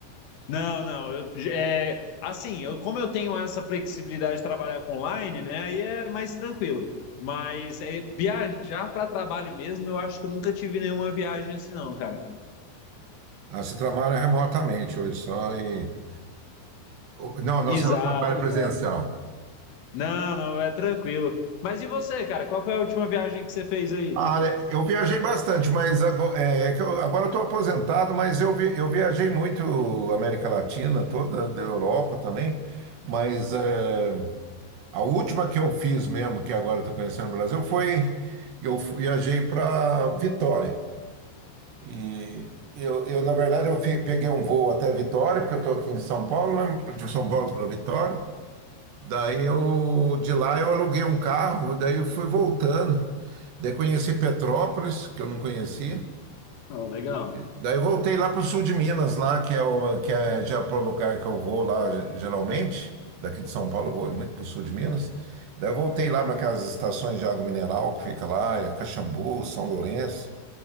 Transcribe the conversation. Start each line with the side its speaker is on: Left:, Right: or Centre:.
Left: Não, não, eu, é, assim, eu, como eu tenho essa flexibilidade de trabalhar com online, né? Aí é mais tranquilo. Mas é, viajar para trabalho mesmo, eu acho que eu nunca tive nenhuma viagem assim, não, cara.
Right: Ah, você trabalha remotamente hoje só em... ou- Não, não,
Left: Exato,
Right: você trabalha
Left: exato.
Right: presencial.
Left: Não, não, é tranquilo. Mas e você, cara? Qual foi a última viagem que você fez aí?
Right: Ah, né, eu viajei bastante, mas agora, é, é que eu, agora eu estou aposentado, mas eu, vi- eu viajei muito América Latina toda, da Europa também, mas... eh, A última que eu fiz mesmo, que agora eu estou conhecendo o Brasil, foi eu viajei para Vitória. E eu, eu, na verdade, eu fi- peguei um voo até Vitória, porque eu estou aqui em São Paulo, né? De São Paulo para Vitória. Daí eu, de lá eu aluguei um carro, daí eu fui voltando. Daí conheci Petrópolis, que eu não conhecia.
Left: Não, legal.
Right: Daí eu voltei lá para o sul de Minas, lá, que é, o, que é já para o lugar que eu vou lá ge- geralmente. Daqui de São Paulo eu vou muito para o sul de Minas. Daí eu voltei lá para aquelas estações de água mineral que fica lá, é Caxambu, São Lourenço,